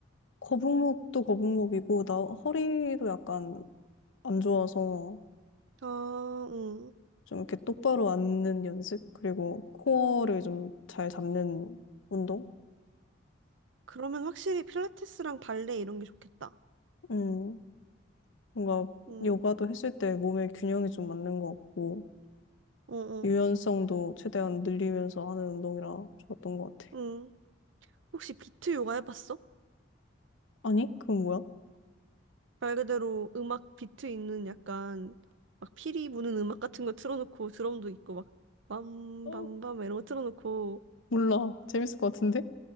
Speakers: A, on the left; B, on the right.
A: 거북목도 거북목이고, 나 허리도 약간 안 좋아서.
B: 아, 응.
A: 좀 이렇게 똑바로 앉는 연습? 그리고 코어를 좀 잘 잡는 운동?
B: 그러면 확실히 필라테스랑 발레 이런 게 좋겠다.
A: 음, 뭔가
B: 응,
A: 요가도 했을 때 몸의 균형이 좀 맞는 것 같고,
B: 응 응
A: 유연성도 최대한 늘리면서 하는 운동이라 좋았던 것 같아.
B: 응. 혹시 비트 요가 해봤어?
A: 아니? 그건 뭐야?
B: 말 그대로 음악 비트 있는 약간 막 피리 부는 음악 같은 거 틀어놓고 드럼도 있고 막 빰빰빰
A: 어,
B: 이런 거 틀어놓고
A: 몰라. 재밌을 것 같은데?